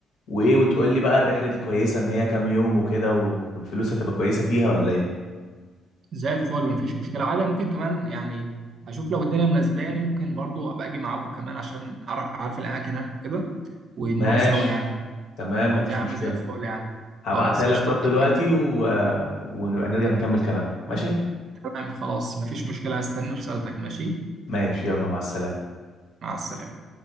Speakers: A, on the left; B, on the right.
A: وايه وتقول لي بقى الرحله دي كويسه ان هي كام يوم وكده و... والفلوس هتبقى كويسه فيها ولا ايه
B: زي الفل مفيش مشكلة عادي ممكن كمان يعني أشوف لو الدنيا مناسباني ممكن برضو أبقى أجي معاكم كمان عشان أعرف أعرف الأماكن هناك وكده ونروح
A: ماشي
B: سوا يعني
A: تمام
B: طب
A: مفيش
B: يا عم
A: مشكله
B: زي الفل يعني
A: هبعتها
B: خلاص
A: لك
B: قشطة
A: طب
B: اتفقنا
A: دلوقتي و... ونبقى نرجع نكمل كلام ماشي
B: تمام خلاص مفيش مشكلة هستنى رسالتك ماشي
A: ماشي يلا مع السلامة
B: مع السلامة